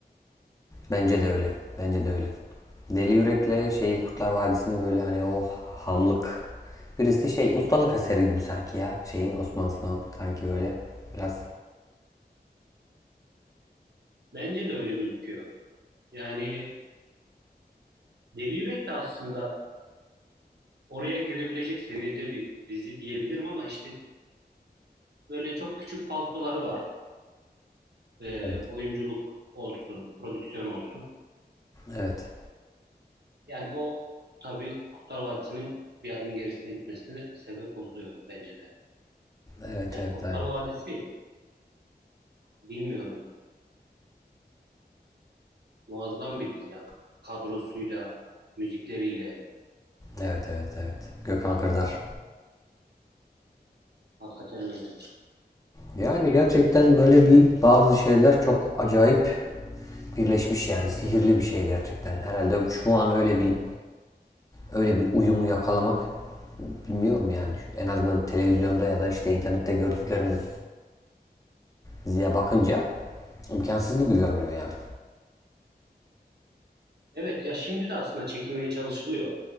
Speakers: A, on the left; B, on the right.
A: Bence de öyle. Bence de öyle. Deli Yürek'le şeyi Kurtlar Vadisi'ni böyle hani o hamlık birisi şey ustalık eseri gibi sanki ya. Şeyin Osman Sınav'ın sanki böyle biraz.
B: Bence de öyle gözüküyor. Yani Deli Yürek de aslında oraya girebilecek seviyede bir dizi diyebilirim ama işte böyle çok küçük falsoları var. Ee,
A: Evet.
B: oyunculuk olsun, prodüksiyon olsun.
A: Evet.
B: Yani o tabii Kurtlar Vadisi'nin bir adım gerisine gitmesine sebep oluyor bence de.
A: Evet
B: Yani
A: evet
B: Kurtlar
A: aynen.
B: Vadisi bilmiyorum muazzam bir dizi ya. Kadrosuyla, müzikleriyle
A: Evet evet evet. Gökhan Kırdar.
B: hakikaten öyle.
A: Yani gerçekten böyle bir bazı şeyler çok acayip birleşmiş yani sihirli bir şey gerçekten. Herhalde şu an öyle bir öyle bir uyumu yakalamak bilmiyorum yani. En azından televizyonda ya da işte internette gördüklerimiz diye bakınca imkansız gibi görünüyor yani.
B: Evet ya şimdi de aslında çekilmeye çalışılıyor